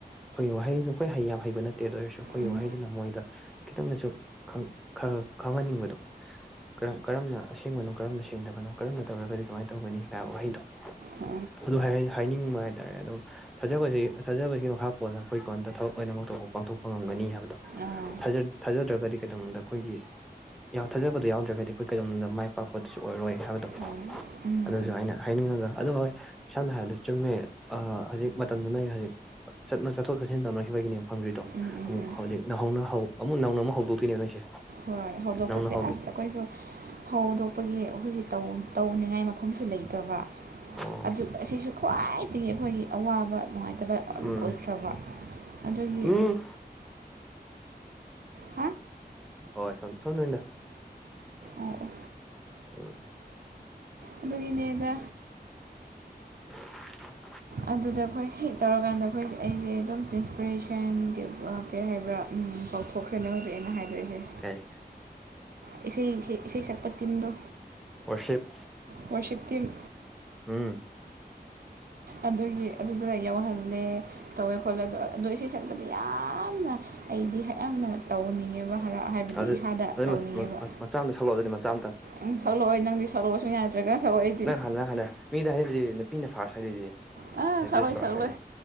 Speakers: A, in the centre; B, on the right.
A: ꯍꯣꯏ ꯈꯣꯏꯒꯤ ꯋꯥꯍꯩ ꯗꯣ ꯈꯣꯏ ꯍꯩ ꯌꯥꯝ ꯍꯩꯕ ꯅꯠꯇꯦ ꯑꯗꯨ ꯑꯣꯏꯔꯁꯨ ꯑꯈꯣꯏꯒꯤ
B: ꯎꯝ ꯎꯝ
A: ꯋꯥꯍꯩꯖꯤꯅ ꯃꯣꯏꯗ ꯈꯤꯇꯪꯅꯁꯨ ꯈꯪ ꯈ ꯈꯪꯍꯟꯅꯤꯡꯕꯗꯣ ꯀꯔꯝ ꯀꯔꯝꯅ ꯑꯁꯦꯡꯕꯅꯣ ꯀꯔꯝꯅ ꯁꯦꯡꯗꯕꯅꯣ ꯀꯔꯝꯅ ꯇꯧꯔꯒꯗꯤ ꯀꯃꯥꯏꯟ ꯇꯧꯒꯅꯤ ꯒꯥ ꯋꯥꯍꯩꯗꯣ
B: ꯑ
A: ꯑꯗꯨ ꯍꯥꯏꯌ ꯍꯥꯏꯅꯤꯡꯕ ꯍꯥꯏꯇꯥꯔꯦ ꯑꯗꯨꯝ ꯊꯥꯖꯕꯖꯤ ꯊꯥꯖꯕꯒꯤ ꯃꯈꯥꯞ ꯀꯣꯟꯅ ꯑꯈꯣꯏ ꯀꯣꯟꯗ ꯊꯕꯛ ꯑꯣꯏꯅꯃꯛ ꯇꯧꯕ ꯄꯥꯡꯊꯣꯛ ꯄꯉꯝꯒꯅꯤ ꯍꯥꯏꯕꯗꯣ
B: ꯑꯥ
A: ꯊꯥꯖ ꯊꯥꯖꯗ꯭ꯔꯒꯗꯤ ꯀꯩꯗꯧꯗ ꯑꯩꯈꯣꯏꯒꯤ ꯌꯥꯎ ꯊꯥꯖꯕꯗꯣ ꯌꯥꯎꯗ꯭ꯔꯒꯗꯤ ꯑꯈꯣꯏ ꯀꯩꯗꯧꯅꯨꯡꯗ ꯃꯥꯏ ꯄꯥꯛꯄꯗꯨꯁꯨ ꯑꯣꯏꯔꯣꯏ ꯍꯥꯏꯕꯗꯣ
B: ꯍꯥꯎ ꯎꯝ ꯎꯝ
A: ꯑꯗꯨꯁꯨ ꯑꯩꯅ ꯍꯥꯏꯅꯤꯡꯉꯒ ꯑꯗꯨ ꯍꯣꯏ ꯁꯝꯅ ꯍꯥꯏꯔꯕꯗ ꯆꯨꯝꯃꯦ ꯑ ꯍꯧꯖꯤꯛ ꯃꯇꯝꯗ ꯅꯪꯒꯤ ꯍꯧꯖꯤꯛ ꯆꯠꯅ ꯆꯠꯊꯣꯛ ꯆꯠꯁꯤꯟ ꯇꯧꯅꯈꯤꯕꯒꯤꯅꯦꯕ ꯍꯪꯗ꯭ꯔꯤꯗꯣ
B: ꯎꯝ ꯎꯝ
A: ꯑꯃꯨꯛ
B: ꯎꯝ
A: ꯍꯧꯖꯤꯛ ꯅꯧꯍꯧꯅ ꯍꯧ ꯑꯃꯨꯛ ꯅꯧꯅ ꯑꯃꯨꯛ ꯍꯧꯗꯣꯛꯇꯣꯏꯅꯦ ꯅꯣꯏꯁꯦ
B: ꯍꯣꯏ ꯍꯧꯗꯣꯛꯄꯁꯦ
A: ꯅꯧꯅ ꯍꯧꯒꯦ
B: ꯑꯁ ꯑꯩꯈꯣꯏꯁꯨ ꯍꯧꯗꯣꯛ ꯄꯒꯤ ꯑꯩꯈꯣꯏꯒꯤ ꯇꯧꯅꯤꯡꯉꯥꯏ ꯃꯐꯝꯁꯨ ꯂꯩꯇꯕ
A: ꯑꯣ
B: ꯑꯗꯨ ꯑꯁꯤꯁꯨ ꯈ꯭ꯋꯥꯏꯗꯒꯤ ꯑꯩꯈꯣꯏꯒꯤ ꯑꯋꯥꯕ ꯅꯨꯡꯉꯥꯏꯇꯕ ꯑꯣꯏꯈ꯭ꯔꯕ
A: ꯎꯝ
B: ꯑꯗꯨꯒꯤ
A: ꯎꯝ
B: ꯍꯥ
A: ꯍꯣꯏ ꯁꯥꯎ ꯁꯥꯎꯅ ꯅꯗꯗꯥ
B: ꯑꯣ ꯑꯣ
A: ꯎꯝ
B: ꯑꯗꯨꯒꯤꯅꯦꯗ
A: <unintelligible>
B: ꯑꯗꯨꯗ ꯑꯩꯈꯣꯏ ꯍꯦꯛ ꯇꯧꯔꯀꯥꯟꯗ ꯍꯣꯏꯁꯦ ꯑꯩꯁꯦ ꯑꯗꯨꯝ ꯏꯟꯁꯄꯤꯔꯦꯁꯟ ꯀꯩ ꯍꯥꯏꯕ꯭ꯔꯥ ꯀꯥꯎꯊꯣꯛꯈ꯭ꯔꯦꯅꯦ ꯍꯧꯖꯤꯛ ꯑꯩꯅ ꯍꯥꯏꯗꯣꯔꯤꯁꯦ
A: ꯀꯥꯏ
B: ꯑꯦꯁꯩ ꯁꯩ ꯏꯁꯩ ꯁꯛꯄ ꯇꯤꯝꯗꯣ
A: ꯋꯥꯔꯁꯤꯞ
B: ꯋꯥ ꯁꯤꯞ ꯇꯤꯝ
A: ꯎꯝ
B: ꯑꯗꯨꯒꯤ ꯑꯗꯨꯗꯨꯒ ꯌꯧꯍꯜꯂꯦ ꯇꯧꯋꯦ ꯈꯣꯠꯂꯦ ꯑꯗꯣ ꯑ ꯑꯗꯣ ꯏꯁꯩꯔꯗꯤ ꯌꯥꯝꯅ ꯍꯩꯗꯤ ꯍꯌꯥꯝꯅ ꯇꯧꯅꯤꯡꯉꯦꯕ ꯈꯔ ꯍꯥꯏꯕꯗꯤ
A: ꯑꯗꯨ
B: ꯏꯁꯥꯗ
A: ꯑꯗꯨ
B: ꯇꯧꯅꯤꯡꯉꯦꯕ
A: ꯃꯆꯥ ꯑꯃꯇ ꯁꯛꯂꯛꯑꯣ ꯑꯗꯨꯗꯤ ꯃꯆꯥ ꯑꯃꯇ
B: ꯎꯪ ꯁꯛꯂꯛꯑꯣꯏ ꯅꯪꯗꯤ ꯁꯛꯂꯑꯣꯁꯨ ꯌꯥꯗ꯭ꯔꯒ ꯁꯛꯑꯣ ꯑꯩꯗꯤ
A: ꯍꯜꯂ ꯍꯜꯂꯦ ꯃꯤꯗ ꯍꯥꯏꯗꯤ ꯅꯨꯄꯤꯅ ꯐꯥꯔꯁ ꯍꯥꯏꯖꯤꯖꯤ
B: ꯑꯥ
A: ꯂꯦꯗꯤꯁ
B: ꯁꯛꯂꯣꯏ
A: ꯐꯥꯔꯁ
B: ꯁꯛꯂꯣꯏ
A: ꯍꯥꯏꯗ